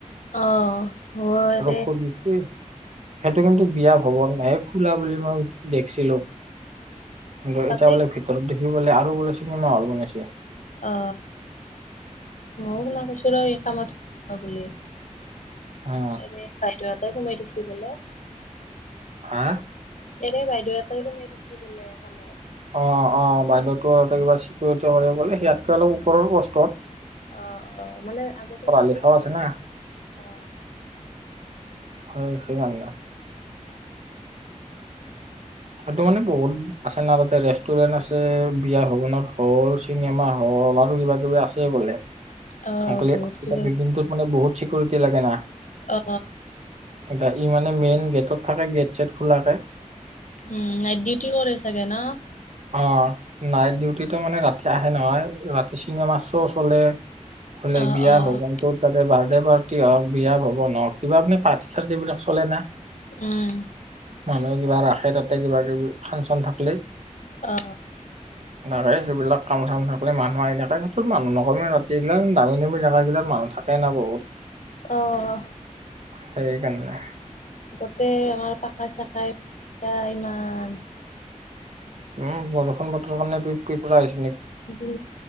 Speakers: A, on the left; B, on the right.
A: অ হয় তে
B: খুলিছে সেইটো কিন্তু বিয়া ভৱন নাহে খোলা বুলি মই দেখিছিলো কিন্তু
A: তাতে
B: এতিয়া বোলে ভিতৰত দেখিবলে আৰু বোলে চিনেমা হল বনাইছে
A: অ ময়ো শুনা পাইছোঁ ৰ এই কামত বুলি।
B: অ
A: এ বাইদেউতে সোমাই দিছে বোলে।
B: হা
A: এনে বাইদেউ এটাই কোমাই দিছে বোলে কামত
B: অ অ বাইদেউতোতে কিবা চিকিৰিটি কৰে বোলে সেয়াতকে অলপ ওপৰৰ কষ্টত।
A: অ অ মানে আগতে নাই
B: লিখাও আছে না
A: অ
B: হয়ছি গ ন হয়টো মানে বহুত আছে না তাতে ৰেষ্টুৰেন্ট আছে বিয়া ভৱনত হল চিনেমা হল। হলা আৰু কিবা কিবি আছেই বোলে
A: অ'
B: সি
A: বহুত কিবা
B: বিল্ডিংটোত মানে বহুত চিকৰিটি লাগে না।
A: অ
B: এয়া ই মানে মেইন গেটত থাকে গেট ছেট খোলাকে।
A: উম নাই ডিউটি কৰেই চাগে ন।
B: অ নাইট ডিউটিটো মানে ৰাতি আহে নহয় ৰাতি চিনেমা শ্ব' চলে। হলে
A: অ'
B: বিয়া
A: অ'
B: ভগৱন্ত ত তাকে বাৰ। বাৰ্ডে পাৰ্টি হওক বিয়া ভৱন হওক কিবাি পাৰ্থি চাৰ্টি বিলাক চলে না
A: উম
B: মানুহে কিবা ৰাখে তাতে কিবা কিবি ফাংচন থাকলেই।
A: অ।
B: তাৰে সেইবিলাক কাম চাম চাবলে মানুহ আহি থাকে সেইটোত মানুহ নকমে ৰাতিগিলাক দামী দামী জাগা গিল মান। থাকে না বহুত।
A: অহ
B: সেইকাৰণে
A: গোটেই আমাৰ পাখা চাখাই ইমান।
B: উম বৰষুণ বতৰ কাৰণে পেল আহিছে।
A: দু